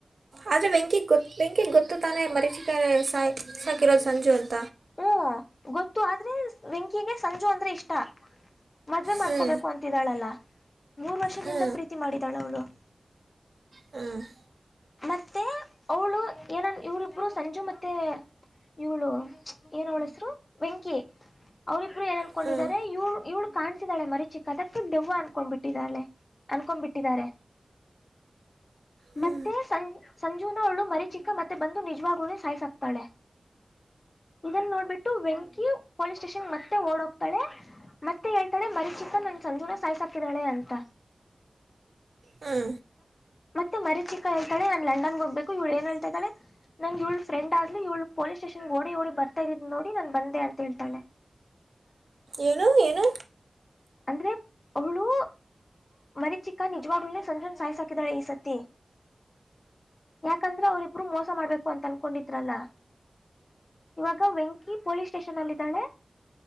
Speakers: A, on the right; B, on the left.
A: ಆದರೇ ವೆಂಕಿ ವೆಂಕಿಗ ಗೊತ್ತು ತಾನೇ ಮರಿಚಿಕ್ಕ ಸಾಕಿರೋದು ಸಂಜು ನ <unintelligible>
B: ಹೂ ಗೊತ್ತು ಆದ್ರೆ ವೆಂಕಿಗೆ ಸಂಜು ಅಂದ್ರೆ ಇಷ್ಟ. <unintelligible> ಮದ್ವೆ ಮಾಡ್ಕೋಬೇಕು
A: ಹ್ಞೂ
B: ಅಂತಿದ್ದಾಳಲ್ಲ ಮೂರ್ ವರ್ಷದಿಂದ
A: ಹ್ಞೂ
B: ಪ್ರೀತಿ ಮಾಡಿದಾಳ ಅವಳು? <unintelligible>
A: ಹೂ <unintelligible>
B: ಮತ್ತೆ ಅವಳು ಏನನ್ ಇವರ ಇಬ್ಬರು ಸಂಜು ಮತ್ತೆ ಇವಳು <unintelligible> ಏನ ಅವಳ ಹೆಸರು ವೆಂಕಿ ಅವ್ರಿಬ್ರು ಏನ್ ಅನ್ಕೊಂಡಿದಿದ್ದಾರೆ
A: ಹ್ಞೂ
B: ಇವಳ ಇವಳ ಕಾಣ್ಸಿದಾಳೆ ಮರಿಚಿಕ್ಕ. <unintelligible> ಕದಕ್ಕ ದೆವ್ವ ಅನ್ಕೊಂಡ್ಬಿಟ್ಟಳೆ ಅನ್ಕೊಂಡ್ ಬಿಟ್ಟಿದ್ದಾರೆ.
A: ಹ್ಞೂ
B: ಮತ್ತೆ ಸಂಜ ಸಂಜುನ ಅವಳು ಮರಿ ಚಿಕ್ಕ ಮತ್ತೆ ಬಂದು ನಿಜವಾಗೂ ಸಾಯ್ಸಾಕ್ತಳೆ. <unintelligible> <unintelligible> ಇದನ್ನು ನೋಡ್ಬಿಟ್ಟು ವೆಂಕಿ ಪೊಲೀಸ್ ಸ್ಟೇಷನ್ ಮತ್ತೆ ಓಡ ಹೋಗತಾಳೆ ಮತ್ತೆ ಹೇಳ್ತಾಳೆ ಮರೀ ಚಿಕ್ಕನ್ ಒಂದಸ ಸಾಯಸಕಿದಾಳೆ ಅಂತ
A: ಹ್ಞೂ
B: ಮತ್ತೆ ಮರಿ ಚಿಕ್ಕ ಹೇಳ್ತಾಳೆ ನಾನ್ ಲಂಡನ್ ಹೋಗ್ಬೇಕು ಇವಳ ಏನೂ ಹೇಳ್ತಿದಾಳೆ ನಂಗ್ ಇವಳ ಫ್ರೆಂಡ್ ಆಗಲ್ಲಿ ಇವಳ್ ಪೊಲೀಸ್ ಸ್ಟೇಷನ್ ಓಡಿ ಓಡಿ ಬರ್ತಾ ಇದಿದ ನೋಡಿ ನನ್ ಬಂದ ಅಂತ ಹೇಳ್ತಾಳೆ <inaudible>
A: ಏನು ಏನು
B: ಅಂದ್ರೆ ಅವಳು ಮರಿಚಿಕ್ಕ ನಿಜವಾಗಲುನೆ ಸಂಜುನ್ ಸಾಯ್ಸಾಕಿದಾಳೆ ಈ ಸತಿ ಯಾಕಂದ್ರೆ ಅವರು ಇಬ್ರು ಮೋಸ ಮಾಡ್ಬೇಕು ಅಂತ ಅನ್ಕೊಂಡಿದ್ರಲ್ಲ ಇವಾಗ ವೆಂಕಿ ಪೊಲೀಸ್ ಸ್ಟೇಷನ್ ಅಲ್ಲಿದ್ದಾಳೆ